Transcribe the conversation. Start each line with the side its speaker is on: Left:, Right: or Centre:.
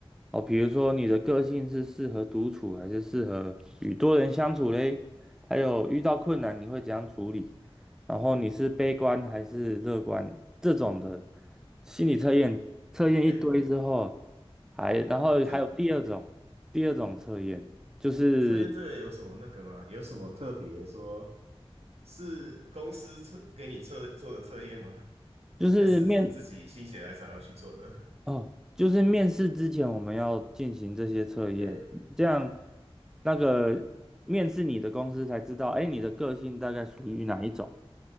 Centre: 哦，比如说你的个性是适合独处还是适合与多人相处嘞？还有遇到困难你会怎样处理？然后你是悲观还是乐观这种的心理测验，测验一堆之后，
Right: 哎，
Centre: 还然后还有第二种，
Right: 这
Centre: 第二种测验就是
Right: 测验这个有什么那个吗？有什么特别说？是公司测给你测做的测验吗？
Centre: 就是面
Right: 还是只是自己心血来潮要去做的？
Centre: 哦，就是面试之前我们要进行这些测验，
Right: 哎
Centre: 这样那个面试你的公司才知道，哎，你的个性大概属于哪一种，